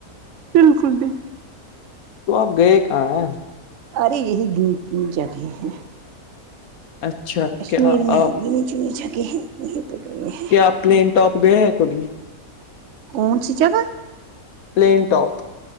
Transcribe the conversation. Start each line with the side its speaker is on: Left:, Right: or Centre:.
Right: بالکل بھی
Left: تو آپ گئے کہاں ہے
Right: ارے یہی گ جگہیں ہیں
Left: اچھا
Right: کشمیر
Left: کیا
Right: میں
Left: آپ
Right: ہی گنی چنی جگہ ہیں وہیں پہ گئی ہیں
Left: کیا آپ پلین اپ گئے ہیں کبھی
Right: کون سی جگہ
Left: پلین ٹاپ